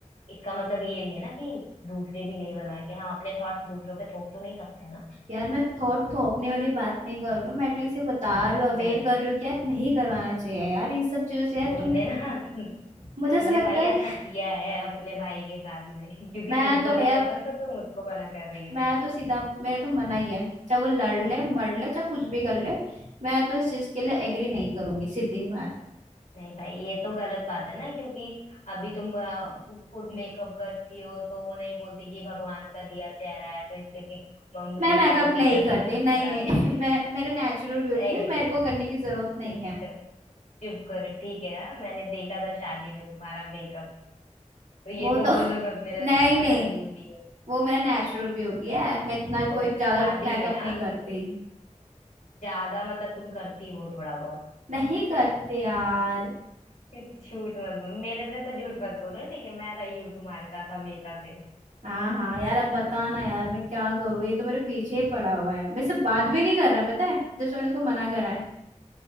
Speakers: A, on the left; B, on the right.
A: इसका मतलब ये नहीं है ना कि दूसरे भी नहीं बनवाएंगे हम अपने थॉट्स दूसरों पे थोप तो नहीं सकते ना
B: यार मैं थोट थोपने वाली बात नहीं कर रही हूँ मैं एटलीस्ट ये बता रही हूँ अवेयर
A: नहीं
B: कर रही हूँ कि यार नहीं करवाना चाहिए यार इन सब चीजों से यार
A: तुमने
B: तुम
A: ना <laughs>
B: मुझे
A: तुमने
B: ऐसा लगता
A: भाई
B: है
A: ऐसा किया है अपने भाई के साथ में <laughs> क्योंकि
B: मैं
A: तुमको
B: तो
A: नहीं
B: भैया
A: पसंद तो तुम उसको मना कर रही हो
B: मैं तो सीधा मेरे तो मना ही है चाहे वो लड़ ले मर ले चाहे कुछ भी कर ले मैं तो इस चीज के लिए एग्री नहीं करूंगी सीधी बात
A: नहीं भाई ये तो गलत बात है ना क्योंकि अभी तुम अ, खुद मेकअप करती हो तो वो नहीं बोलती कि भगवान का दिया चेहरा है तो इस पे कि- हम लीपापोती
B: मैं मेकअप नहीं
A: करके
B: करती
A: क्यों
B: नहीं
A: खराब
B: नहीं
A: करे
B: <laughs> मैं मेरा नेचुरल ब्यूटी
A: ए
B: है मेरे को करने की जरूरत नहीं
A: चुप
B: है
A: करो चुप करो ठीक है हाँ? मैंने देखा था शादी में तुम्हारा मेकअप तो ये
B: वो
A: तो
B: तो <laughs>
A: बोलो मत मेरा
B: नहीं
A: नेचुरल
B: नहीं
A: ब्यूटी है
B: वो मेरा नेचुरल ब्यूटी है मैं इतना
A: और
B: कोई ज्यादा
A: शादी
B: मेकअप
A: में हाँ
B: नहीं करती
A: ज्यादा मतलब तुम करती हो थोड़ा बहुत
B: नहीं करते यार
A: <laughs> झूठ मत बोलो मेरे से तो झूठ मत बोलो ठीक है मैं रही हूँ तुम्हारे साथ हमेशा से
B: हाँ हाँ यार अब बताना यार मैं क्या करूँ ये तो मेरे पीछे ही पड़ा हुआ है मेरे से बात भी नहीं कर रहा है पता है जब से मैंने उसको मना करा है